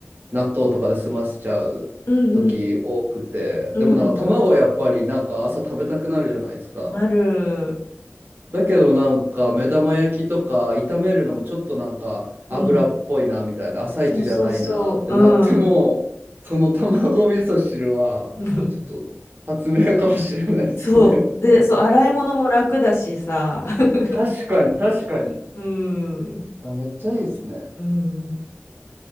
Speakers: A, on the right; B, on the left.
A: 納豆とかで済ませちゃう時多くて、
B: うんうんうん。
A: でもなんか卵やっぱりなんか朝食べたくなるじゃないですか。
B: うん。なる。
A: だけどなんか目玉焼きとか炒めるのもちょっとなんか油っぽいなみたいな朝一じゃないなってなってもその卵味噌汁はちょっと発明かもしれないですね。
B: うん。そうそうそう。うん。<laughs> そう。で、そう、洗い物も楽だしさ。<laughs>
A: 確かに確かに。
B: うん。
A: あ、めっちゃいいですね。
B: うん。